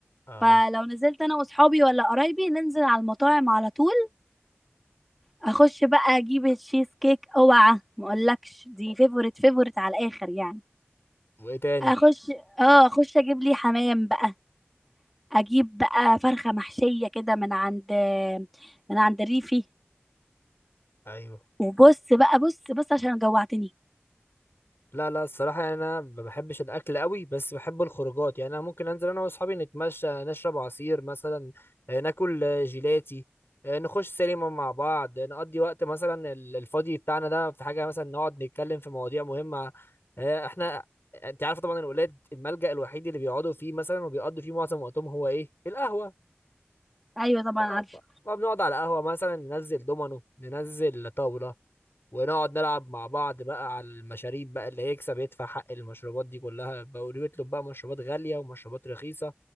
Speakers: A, on the left (about 65°); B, in the centre.
A: اه
B: فلو نزلت انا واصحابي ولا قرايبي ننزل على المطاعم على طول اخش بقى اجيب التشيز كيك اوعى ما اقولكش دي فيفورت فيفورت على الاخر يعني
A: وايه تاني
B: اخش اه اخش اجيب لي حمام بقى اجيب بقى فرخه محشيه كده من عند من عند الريفي
A: ايوه
B: وبص بقى بص بص عشان جوعتني
A: لا لا الصراحة يعني أنا ما بحبش الأكل قوي بس بحب الخروجات يعني أنا ممكن أنزل أنا وأصحابي نتمشى نشرب عصير مثلا آه، ناكل آه، جيلاتي آه، نخش سينما مع بعض آه، نقضي وقت مثلا ال- الفاضي بتاعنا ده في حاجة مثلا نقعد نتكلم في مواضيع مهمة آه، إحنا أنت عارف طبعا الولاد الملجأ الوحيد اللي بيقعدوا فيه مثلا وبيقضوا فيه معظم وقتهم هو إيه؟ القهوة
B: ايوه طبعا
A: آه،
B: عارفه
A: ف- فبنقعد على قهوة مثلا ننزل دومينو ننزل طاولة ونقعد نلعب مع بعض بقى على المشاريب بقى اللي هيكسب يدفع حق المشروبات دي كلها بقى ويطلب بقى مشروبات غالية ومشروبات رخيصة